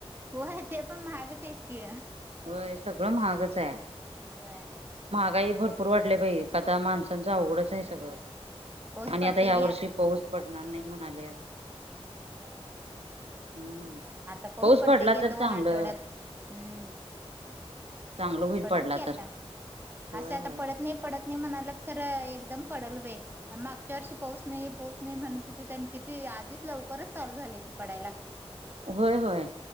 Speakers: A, on the right (about 20°); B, on the right (about 70°).
A: होय ते पण महागच आहेत कि.
B: होय सगळं महागचं हाय.
A: वय.
B: काही भरपूर वाडले बाई काता माणसं त्यांच आवघडच
A: होय
B: हाय सगळं
A: होय पाऊस
B: आणि
A: पडते
B: आता ह्या
A: घे
B: वर्षी पाऊस पडणार नाही म्हणाले
A: हम
B: हम्म
A: आता पाऊस पडते
B: पडला
A: घे
B: तर
A: दोन
B: चांगलं
A: आठवड्यात. हम्म!
B: चांगलं
A: पड
B: होईल
A: पडेल
B: पडला
A: की आता.
B: तर होय
A: असं आता
B: होय
A: पडत नाही, पडत म्हणाल्यात खरं एकदम पडल बाई मागच्या वर्षी पाऊस नाही, पाऊस नाही म्हणत हुतीत खरं किती आधी लवकरच चालू झालंय की पडायला
B: होय-होय